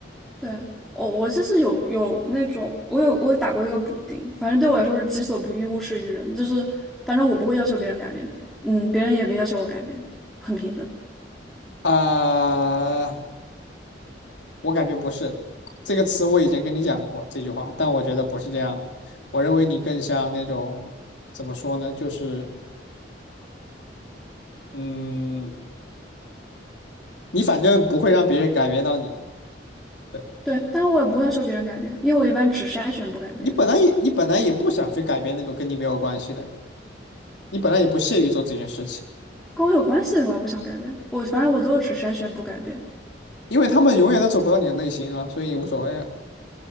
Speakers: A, in the centre; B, on the left (about 80°).
A: 对，我我就是有有那种，我有我打过一个补丁，反正对我来说是己所不欲，勿施于人，就是反正我不会要求别人改变，嗯，别人也别要求我改变，很平等。
B: 啊、呃我感觉不是这个词，我以前跟你讲过这句话，但我觉得不是这样，我认为你更像那种怎么说呢？就是嗯，你反正不会让别人改变到你。对。
A: 对，当然我也不会要求别人改变，因为我一般只筛选不改变，
B: 你本来也你本来也不想去改变那种跟你没有关系的人，你本来也不屑于做这件事情，
A: 跟我有关系的人我也不想改变，我反正我都是只筛选不改变。
B: 因为他们永远都走不到你的内心啊，所以你无所谓啊。